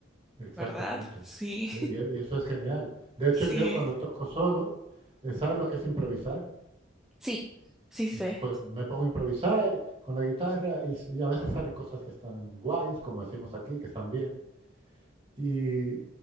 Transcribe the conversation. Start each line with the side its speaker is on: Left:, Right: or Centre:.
Right: exactamente.
Centre: ¿verdad? Sí,
Right: Eh, Y, y eso es genial. De hecho,
Centre: <laughs>
Right: yo cuando
Centre: sí,
Right: toco solo, eh, ¿sabes lo que es improvisar?
Centre: sí, sí sé.
Right: Es, Pues me pongo a improvisar con la guitarra y, s- y a veces salen cosas que están guays, como decimos aquí, que están bien, Y,